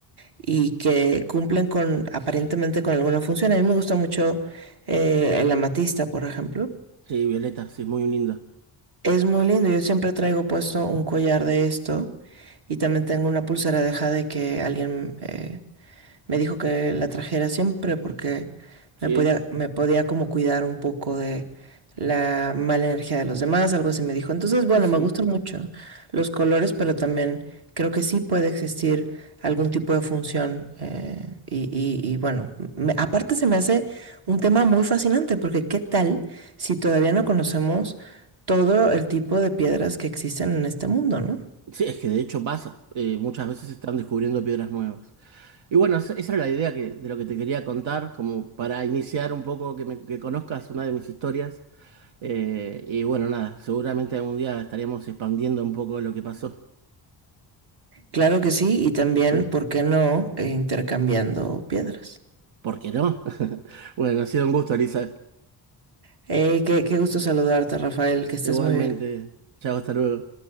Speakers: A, on the right; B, on the right.
A: y que cumplen con aparentemente con alguna función. A mí me gusta mucho eh, el amatista, por ejemplo.
B: Sí, Violeta, sí, es muy linda.
A: Es muy lindo. Yo siempre traigo puesto un collar de esto y también tengo una pulsera de jade que alguien eh, me dijo que la trajera siempre porque
B: Sí,
A: me podía, me podía como cuidar un poco de la mala energía de los demás, algo así me dijo. Entonces, bueno,
B: sí, sí.
A: me gustan mucho los colores, pero también creo que sí puede existir algún tipo de función. eh, y, y- y, bueno, me- aparte se me hace un tema muy fascinante porque ¿qué tal si todavía no conocemos todo el tipo de piedras que existen en este mundo, ¿no?
B: Sí, es que de hecho pasa. eh, muchas veces se están descubriendo piedras nuevas. Y bueno, esa esa era la idea que, de lo que te quería contar, como para iniciar un poco que, me- que conozcas una de mis historias. eh, y bueno, nada, seguramente algún día estaríamos expandiendo un poco lo que pasó.
A: Claro que sí, y también,
B: ¿Sí?
A: ¿por qué no, eh, intercambiando piedras?
B: ¿Por qué no? <laughs> Bueno, ha sido un gusto, Elisa.
A: Hey, qué, qué gusto saludarte, Rafael, que estés
B: Igualmente.
A: muy bien.
B: Chao, hasta luego.